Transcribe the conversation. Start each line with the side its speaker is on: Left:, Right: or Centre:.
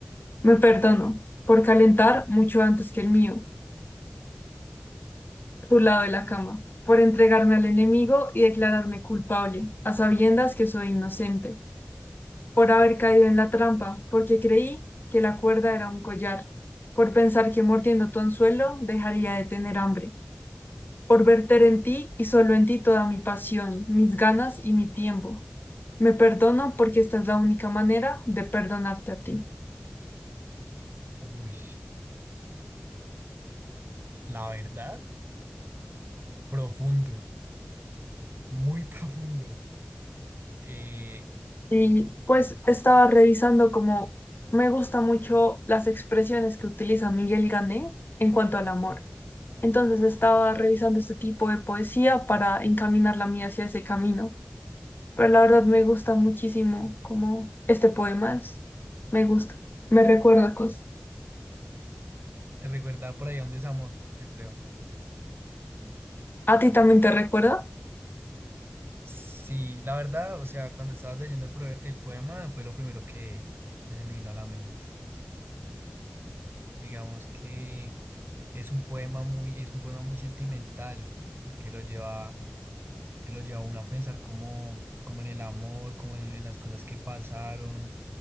Left: Me perdono por calentar mucho antes que el mío por lado de la cama, por entregarme al enemigo y declararme culpable, a sabiendas que soy inocente, por haber caído en la trampa, porque creí que la cuerda era un collar, por pensar que mordiendo tu anzuelo dejaría de tener hambre, por verter en ti y solo en ti toda mi pasión, mis ganas y mi tiempo. Me perdono porque esta es la única manera de perdonarte a ti.
Right: uy, la verdad, profundo, muy <laughs> profundo. Eh,
Left: Y pues estaba revisando como me gusta mucho las expresiones que utiliza Miguel Gané en cuanto al amor. Entonces estaba revisando este tipo de poesía para encaminar la mía hacia ese camino. Pero la verdad me gusta muchísimo como este poema es- me gusta, me recuerda cosas.
Right: te recuerda por ahí a un desamor, yo creo.
Left: ¿A ti también te recuerda?
Right: Sí, la verdad, o sea, cuando estabas leyendo el, pro- el poema fue lo primero que, que se me vino a la mente. Digamos que es un poema muy, es un poema muy sentimental, eh, que lo lleva que lo lleva a uno a pensar como, como en el amor, como en, en las cosas que pasaron,